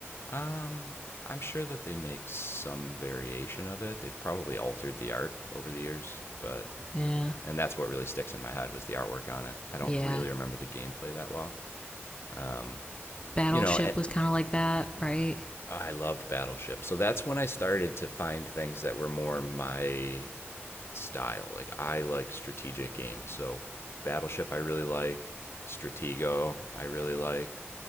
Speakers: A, on the left (about 65°); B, on the left (about 25°).
A: Um, I'm sure that they make some variation of it. They've probably altered the art over the years, but
B: Yeah,
A: and that's what really sticks in my head was the artwork on it. I don't
B: yeah.
A: really remember the gameplay that well. Um,
B: Battleship
A: you know, and
B: was kind of like that, right?
A: oh, I loved Battleship, so that's when I started to find things that were more my style. Like I like strategic games, so Battleship I really liked, Stratego I really liked.